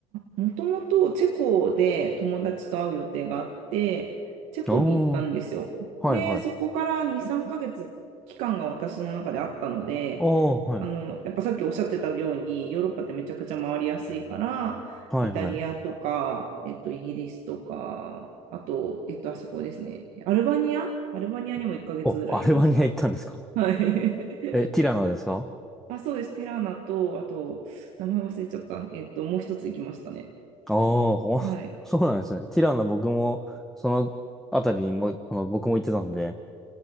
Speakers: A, on the right; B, in the centre.
A: もともとチェコで友達と会う予定があって、チェコに行ったんですよ。
B: ああー、はいはい。
A: で、そこから2、3ヶ月期間が私の中であったので、
B: ああ、はい。
A: あの、やっぱさっきおっしゃってたように、ヨーロッパってめちゃくちゃ回りやすいから、
B: はいはい。
A: イタリアとか、えっと、イギリスとか、あと、えっと、あそこですね。アルバニアアルバニアにも1ヶ月ぐらいいました。
B: お、アルバニア行ったんですか
A: はい。
B: え、ティラノですかあ
A: <laughs> あ、そうです。ティラーナと、あと、名前忘れちゃった。えっと、もう一つ行きましたね。
B: あー、ほ
A: はい。
B: <laughs> そうなんですね。ティラノ僕も、そのあたりにも、あの、僕も行ってたんで。